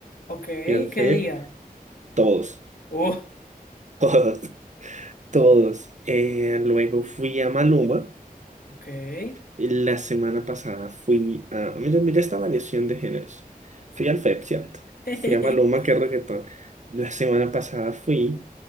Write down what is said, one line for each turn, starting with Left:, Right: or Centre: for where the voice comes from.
Left: Ok,
Right: fui al FEP,
Left: ¿qué día?
Right: todos,
Left: Uh,
Right: <laughs> todos, todos. Eh, luego fui a Maluma,
Left: ok.
Right: y la semana pasada fui a, mira, mira esta variación de géneros. Fui al FEP, ¿cierto?
Left: <laughs>
Right: Fui a Maluma, que es reggaetón. La semana pasada fui